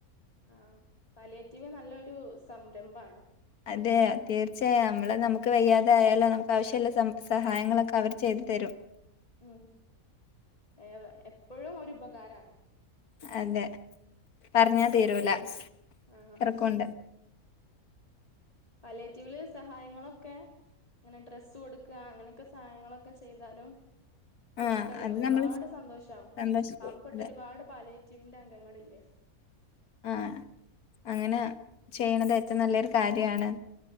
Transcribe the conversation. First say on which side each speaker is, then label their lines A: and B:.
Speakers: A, on the left; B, on the left.
A: ആഹ് പാലിയേറ്റീവ് നല്ലൊരു സംരംമ്പാണ്
B: അതെ തീർച്ചയായും നമ്മള് നമു ക്ക് വെയ്യാതായാലോ നമുക്ക് ആവശ്യള്ള സം സഹായങ്ങളൊക്കെ അവര് ചെയ്ത് തെരും
A: ഉം എ എപ്പഴും ഒരു ഉപകാരാണ്
B: അതെ പറഞ്ഞാ തീരൂല
A: ആഹ്
B: ത്രക്കുണ്ട്
A: പാലിയേറ്റീവില് സഹായങ്ങളൊക്കെ ങ്ങനെ ഡ്രസ്സ് കൊടുക്ക അങ്ങനെക്കെ സഹായങ്ങളൊക്കെ ചെയ്താലും
B: ആ
A: അവർക്ക്
B: അത്
A: ഒരുപാട്
B: നമ്മള്
A: സന്തോഷാവും
B: സന്തോഷിക്കും
A: പാവപ്പെട്ട
B: അതെ
A: ഒരുപാട് പാലിയേറ്റീവിന്റെ അംഗങ്ങളില്ലേ
B: ആഹ് അങ്ങനെ ചെയ്യ്ണത് ഏറ്റവും നല്ലൊരു കാര്യാണ്